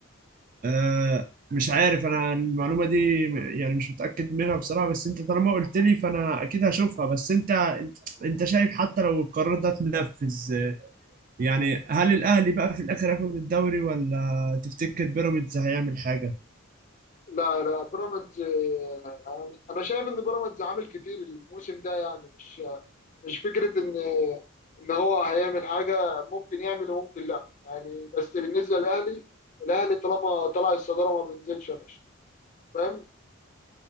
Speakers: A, on the right; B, on the left.
A: آه، مش عارف انا المعلومه دي م- يعني مش متاكد منها بصراحه بس انت طالما قلت لي فانا اكيد هشوفها بس انت انت أنت شايف حتى لو القرار ده اتنفذ آه، يعني هل الاهلي بقى في الاخر هياخد الدوري ولا تفتكر بيراميدز هيعمل حاجه
B: لا لا بيراميدز آه، انا شايف ان بيراميدز عامل كتير الموسم ده يعني مش مش فكره ان ان هو هيعمل حاجه ممكن يعمل وممكن لا يعني بس بالنسبه للاهلي الاهلي طالما طلع الصداره ما بينزلش يا باشا فاهم